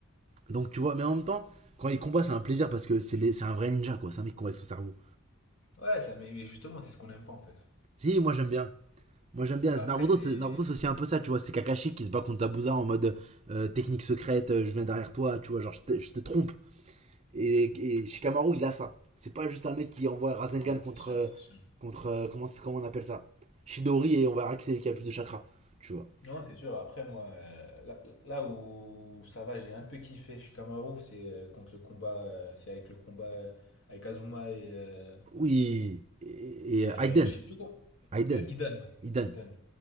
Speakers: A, on the right; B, on the left.
A: Donc tu vois, mais en même temps, quand il combat, c'est un plaisir parce que c'est c'est un vrai ninja, quoi. C'est un mec qui combat avec son cerveau.
B: Ouais, ça, mais mais justement, c'est ce qu'on n'aime pas, en fait.
A: Si, moi j'aime bien. Moi j'aime bien.
B: Après,
A: Naruto,
B: c'est...
A: c'est Naruto, c'est aussi un peu ça, tu vois. C'est Kakashi qui se bat contre Zabuza en mode euh, technique secrète, euh, je viens derrière toi, tu vois, genre je te, je te trompe. Et, et Shikamaru, il a ça. C'est pas juste un mec qui envoie Rasengan
B: Non, c'est
A: contre.
B: sûr,
A: euh,
B: c'est sûr.
A: contre euh, comment, comment on appelle ça Shidori et on verra qui c'est qui a plus de chakra, tu vois.
B: Non, c'est sûr. Après, moi, euh, là, là où ça va, j'ai un peu kiffé Shikamaru, c'est euh, contre le combat, euh, c'est avec le combat euh, avec Azuma et, euh,
A: Oui. Et,
B: et
A: et, euh,
B: euh,
A: Aiden.
B: je sais plus quoi.
A: Aiden.
B: Euh, Idan.
A: Aiden.
B: Idan.